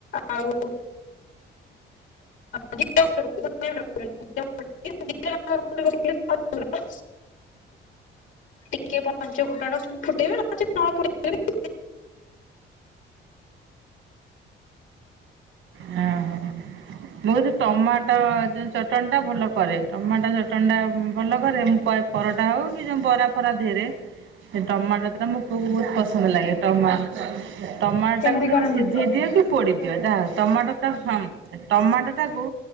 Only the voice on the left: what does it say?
ଆଉ ଟିକେ ଟିକେ ପହଞ୍ଚ ଫୁଟାଣ ଫୁଟେଇବେ ବି
କେମିତି
କରନ୍ତି?